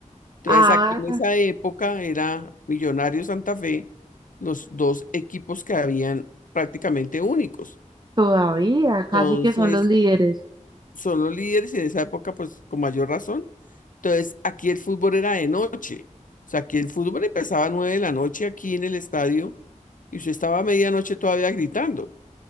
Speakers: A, on the left; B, on the right.
A: Entonces,
B: Ah,
A: aquí en esa época era Millonarios Santa Fe, los dos equipos que habían prácticamente únicos.
B: todavía,
A: Entonces,
B: casi que son los líderes.
A: son los líderes y en esa época, pues con mayor razón. Entonces, aquí el fútbol era de noche. O sea, aquí el fútbol empezaba a nueve de la noche aquí en el estadio y usted estaba a medianoche todavía gritando.